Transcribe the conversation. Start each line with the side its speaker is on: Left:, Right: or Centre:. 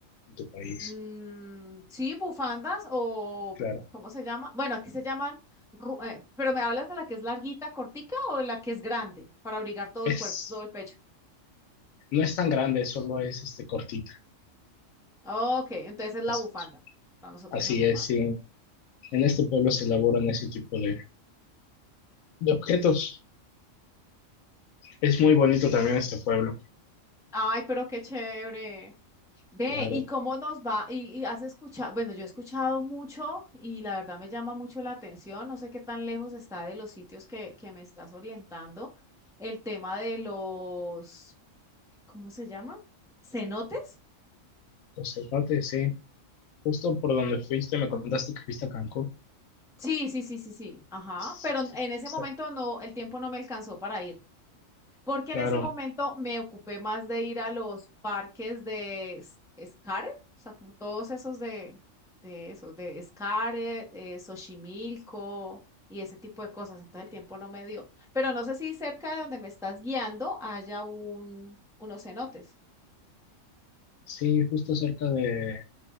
Left: en tu país.
Centre: mm, sí, bufandas o
Left: Claro,
Centre: mm, ¿cómo se llama? Bueno, aquí se llaman, ru- eh, pero me hablas de la que es larguita, cortica o de la que es grande para abrigar todo
Left: es,
Centre: el cuerpo, todo el pecho.
Left: no es tan grande, solo es este cortita.
Centre: Ok, entonces es la
Left: Así,
Centre: bufanda. Para nosotros
Left: así
Centre: es bufanda.
Left: es, sí, En este pueblo se elaboran ese tipo de, de objetos. Es muy bonito también este pueblo.
Centre: Ay, pero qué chévere. Ve,
Left: Claro,
Centre: ¿y cómo nos va? ¿Y, y has escuchado? Bueno, yo he escuchado mucho y la verdad me llama mucho la atención. No sé qué tan lejos está de los sitios que, que me estás orientando. El tema de los, ¿cómo se llama? ¿Cenotes?
Left: los cenotes, sí. Justo por donde fuiste, me contaste que fuiste a Cancún.
Centre: Sí, sí, sí, sí, sí. Ajá.
Left: Sí,
Centre: Pero
Left: sí,
Centre: en ese
Left: sí,
Centre: momento no, el tiempo no me alcanzó para ir. porque
Left: claro,
Centre: en ese momento me ocupé más de ir a los parques de S- Xcaret, o sea, como todos esos de, de esos, de Xcaret, eh, Xochimilco y ese tipo de cosas, entonces el tiempo no me dio. Pero no sé si cerca de donde me estás guiando haya un, unos cenotes.
Left: sí, justo cerca de,